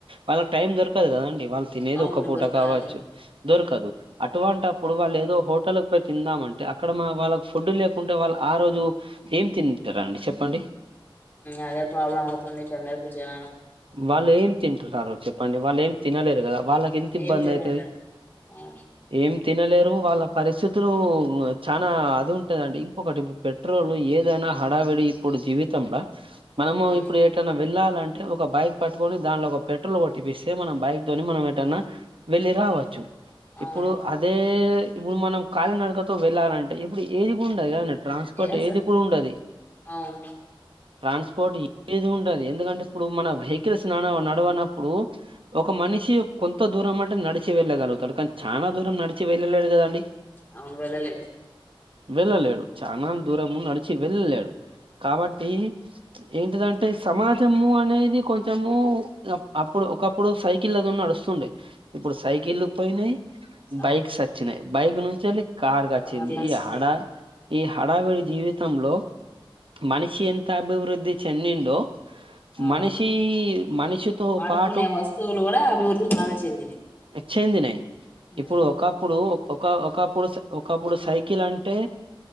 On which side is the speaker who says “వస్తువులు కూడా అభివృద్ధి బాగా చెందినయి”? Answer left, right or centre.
Left